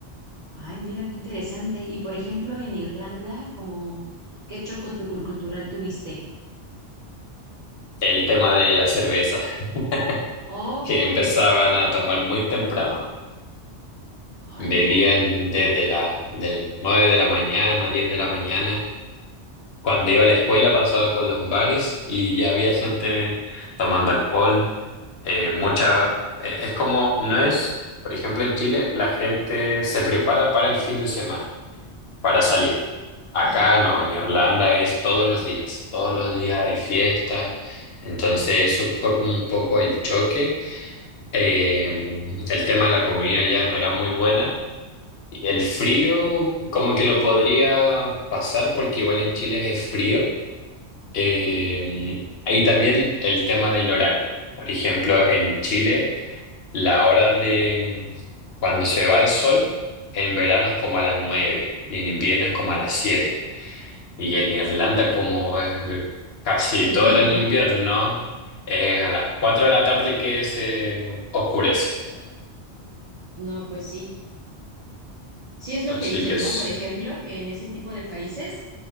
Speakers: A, on the right (about 50°); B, on the left (about 65°).
A: Ay, mira, qué interesante. Y por ejemplo, en Irlanda, como, ¿qué choco tu cultural tuviste?
B: El tema de la cerveza, <laughs>
A: Oh,
B: que empezaban a tomar muy temprano.
A: ay,
B: Bebían
A: mira.
B: desde la, del 9 de la mañana, 10 de la mañana. Cuando iba a la escuela pasaba por los bares y ya había gente tomando alcohol. Eh, mucha, eh, es como, no es, por ejemplo, en Chile la gente se prepara para el fin de semana, para salir. Acá
A: Ajá,
B: no, en Irlanda es todos los días, todos los días hay fiesta. Entonces eso fue como un poco el choque. Eh, el tema de la comida ya no era muy buena. Y el frío, como que lo podría pasar, porque igual en Chile es frío. Eh,
A: sí,
B: ahí también el tema del horario. Por ejemplo, en Chile, la hora de mm, cuando se va el sol, en verano es como a las 9 y en invierno es como a las siete Y en Irlanda, como es eh, casi
A: seguido,
B: todo el año
A: ¿no?
B: invierno, es a las 4 de la tarde que se oscurece.
A: Pero, no, pues sí, sí es lo
B: Así
A: que dicen,
B: que es-
A: ¿no? Por ejemplo, que en ese tipo de países,